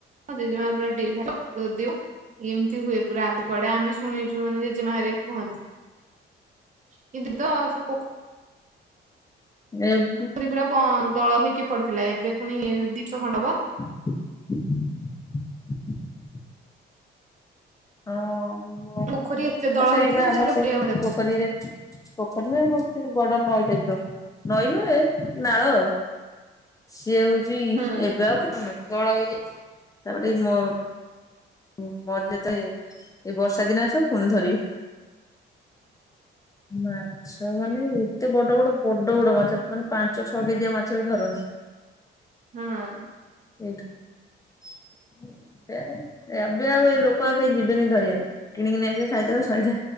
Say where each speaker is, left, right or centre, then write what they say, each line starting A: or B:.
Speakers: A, on the right; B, on the left.
A: ମୋ ଜେଜେମା ପୁରା ଡେଇ <inaudible> <unintelligible> ଏମିତି ହୁଏ ପୁରା ଆଗ କୁଆଡେ ଆମେ ଶୁଣିଚୁ। ମାନେ ଜେଜେମା ହେରିକା କୁହନ୍ତି। କିନ୍ତୁ ତ ସେ ପୋଖ
B: ଏ ପୁ
A: ପୁରା ବଁ- ଦଳ ହେଇକି ପଡିଥିଲା, ଏବେ ପୁଣି ଦିନିସ ଖଣ୍ଡକ
B: <inaudible> ହଁ ମୋ ଆମର
A: ପୋଖରୀ ଏତେ
B: ସେତ
A: ଦଳ
B: ସେଇ
A: ହେଇଥିଲା
B: ବା ଆମର
A: ଯେ ଗୋଟେ
B: ସେଇ
A: ହଁ
B: ପୋଖରୀରେ ପୋଖରୀ ନୁହେଁ ଆମର ସେ ବଡ ନଈ ଟାଇପ୍ ର, ନଈ ନୁହେଁ ନାଳ। ସିଏ ହଉଛି
A: ହଁ
B: ଏବେ ଆଉ କେ <inaudible> ଦଳ ହେଇଯାଇ ତାପଟେ ମୋ ମୁଁ ମୋର ଯେତେଳେ ଏଇ ବର୍ଷା ଦିନ ଆସିବ। ପୁଣି ଧରିବି। ମା ଛ ମାନେ ଏତେ ବଡ ବଡ, ବଡ ବଡ ମାଛ ମାନେ ପାଞ୍ଚ ଛଅ କେଜିଆ ମାଛ ବି ଧରନ୍ତି। <inaudible>
A: ହଁ।
B: ଠ <inaudible> ଏବେ ଆଉ ଏ ଲୋକ ଆଉ କେହି ଯିବେନି ଧରିବାକୁ, କିଣିକି ନେଇଯିବେ ଖାଇଦେବେ ସଇଲା।